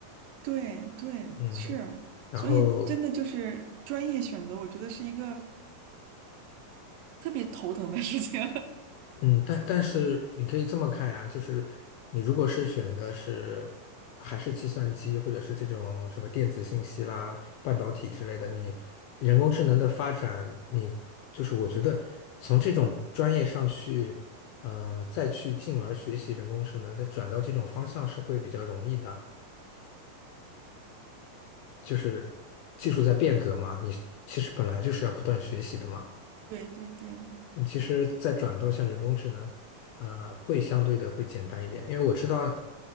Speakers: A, on the right; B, on the left.
A: 对对，
B: 嗯，
A: 是，
B: 然后
A: 所以真的就是专业选择，我觉得是一个特别头疼的事情。
B: 嗯，但但是你可以这么看呀，就是你如果是选的是还是计算机或者是这种什么电子信息啦、半导体之类的，你人工智能的发展，你就是我觉得从这种专业上去。呃，再去进而学习人工智能，再转到这种方向是会比较容易的。就是技术在变革嘛，你其实本来就是要不断学习的嘛。
A: <laughs> 对对对，
B: 你其实再转到像人工智能，呃，会相对的会简单一点，因为我知道，